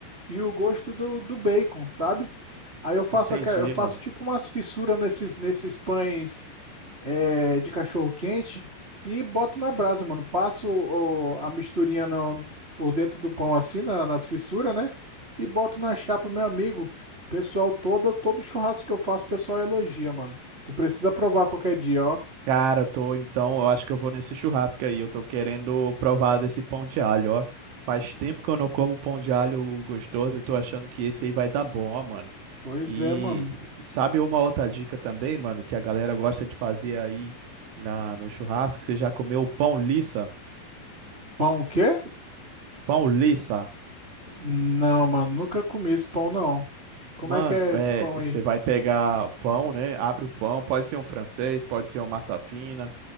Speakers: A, on the right; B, on the right.
A: e o gosto do, do bacon, sabe? Aí eu faço,
B: Entendi,
A: aqua- eu faço
B: mano.
A: tipo umas fissuras nesses, nesses pães é, de cachorro quente e boto na brasa, mano. Passo o- a misturinha no- por dentro do pão assim, na- nas fissuras, né? E boto na chapa, meu amigo. Pessoal, toda, todo churrasco que eu faço, o pessoal elogia, mano. Tu precisa provar qualquer dia, ó.
B: Cara, eu tô, então, eu acho que eu vou nesse churrasco aí. Eu tô querendo provar desse pão de alho, ó. Faz tempo que eu não como pão de alho gostoso e tô achando que esse aí vai dar bom, ó, mano.
A: Pois
B: E
A: é, mano.
B: sabe uma outra dica também, mano, que a galera gosta de fazer aí na, no churrasco? Você já comeu pão liça?
A: Pão o quê?
B: Pão liça.
A: Não, mano, nunca comi esse pão, não. Como
B: Mano,
A: é que é
B: é,
A: esse pão aí?
B: você vai pegar pão, né? Abre o pão, pode ser um francês, pode ser uma massa fina,